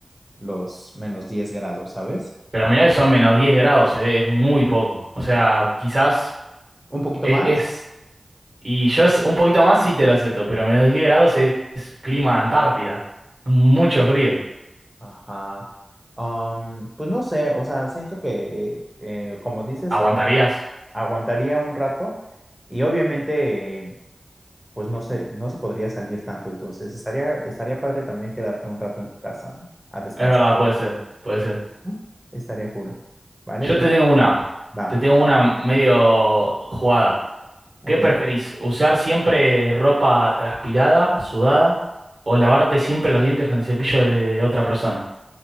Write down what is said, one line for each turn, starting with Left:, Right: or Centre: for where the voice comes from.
Centre: los menos 10 grados, ¿sabes?
Right: pero mirá que son menos 10 grados, eh, Es muy poco. O sea, quizás
Centre: Un poquito
Right: e-
Centre: más.
Right: es, y yo es- un poquito más sí te lo acepto, pero menos 10 grados es, es clima Antártida. Mucho frío.
Centre: Ajá. Am, pues no sé, o sea, siento que, eh, como dices,
Right: Aguantarías.
Centre: a- aguantaría un rato y obviamente, eh, pues no sé, no se podría salir tanto, entonces estaría, estaría padre también quedarte un rato en tu casa, ¿no? A descansar,
Right: Es verdad, puede ser, puede ser.
Centre: ¿no? Estaría cool. ¿Vale?
Right: Yo
Centre: Te
Right: te
Centre: va.
Right: tengo una,
Centre: Va.
Right: te tengo una medio jugada.
Centre: Ok.
Right: ¿Qué preferís? ¿Usar siempre ropa transpirada o sudada? ¿O lavarte siempre los dientes con el cepillo de otra persona?